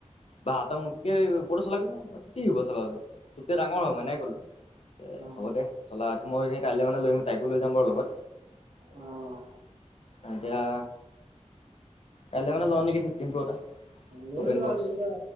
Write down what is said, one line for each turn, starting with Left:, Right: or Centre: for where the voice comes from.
Left: বা তই মোতকে ওপৰটো চলাবি নে মই কি ওপৰৰ চলাবি তোতকে ডাঙৰ হয় মই এনেকা কলো এ
Right: অ',
Left: হ'ব দে চলা মই কাইলৈ মানে লৈ আহিম তাইকো লৈ যাম বাৰু লগত
Right: অ'
Left: এতিয়া কাইলৈ মানে লওনেকি ফিফটিন প্ৰ' এটা
Right: লৈ
Left: অ'পেন
Right: লোৱা
Left: বক্স
Right: লৈ লোৱা